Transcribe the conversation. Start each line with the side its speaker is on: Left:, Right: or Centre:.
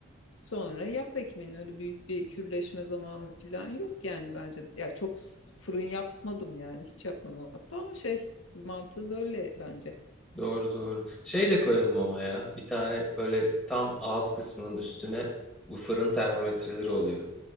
Left: Sonra yap ekmeğini öyle büyük bir kürleşme zamanı falan yok yani bence. Ya çok s- fırın yapmadım yani hiç yapmadım hatta ama şey mantığı böyle bence.
Centre: Doğru doğru. Şey de koyalım ama ya. Bir tane böyle tam ağız kısmının üstüne bu fırın termometreleri oluyor.